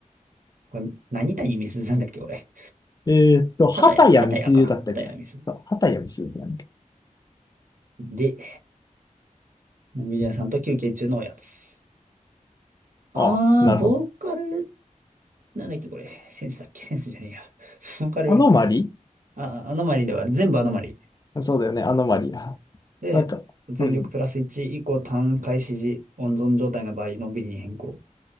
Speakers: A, on the right; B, on the left.
A: これ、何谷みすずなんだっけ、俺。
B: えーっと、畑谷美鈴だった気がする。
A: 畑谷、畑谷か。畑谷みすず。
B: そう、畑谷美鈴なんだ。
A: で、モビリアさんと休憩中のおやつ。
B: うん。
A: あー、
B: ああ、なるほど。
A: ボーカル、なんだっけこれ。センスだっけ <laughs> センスじゃねえや。<laughs> ボーカル、
B: アノマリ
A: あ、アノマリではある、全部アノマリ。
B: そうだよね、アノマリな。
A: で、
B: なんか、
A: 全力プラス1以降単回指示、
B: うん。
A: 温存状態の場合、のんびりに変更。